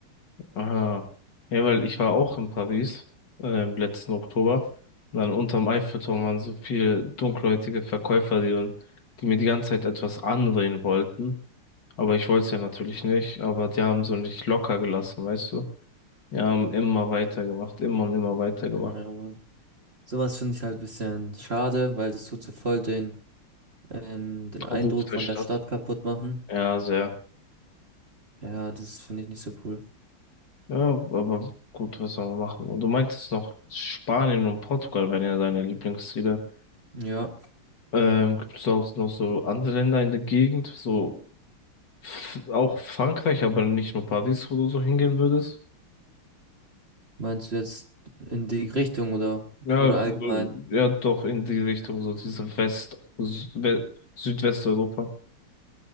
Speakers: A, on the left (about 55°); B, on the right (about 30°).
A: Ah. Ja, weil ich war auch in Paris, äh, im letzten Oktober. Und dann unterm Eiffelturm waren so viele dunkelhäutige Verkäufer, die, die mir die ganze Zeit etwas andrehen wollten. Aber ich wollte es ja natürlich nicht, aber die haben so nicht locker gelassen, weißt du? Die haben immer weitergemacht, immer und immer weitergemacht.
B: Ja, aber sowas finde ich halt ein bisschen schade, weil das tut so voll den, ähm, den Eindruck
A: Auf Ruf der
B: von
A: Stadt.
B: der Stadt kaputt machen.
A: Ja, sehr.
B: Ja, das finde ich nicht so cool.
A: Ja, aber gut, was soll man machen? Und du meintest noch, Spanien und Portugal wären ja deine Lieblingsziele.
B: Ja,
A: Ähm, gibt es auch noch so andere Länder in der Gegend, so f- auch Frankreich, aber nicht nur Paris, wo du so hingehen würdest?
B: meinst du jetzt in die Richtung oder,
A: Ja,
B: oder allgemein?
A: so- ja, doch in die Richtung, so diese West, Sü- We- Südwesteuropa. <laughs>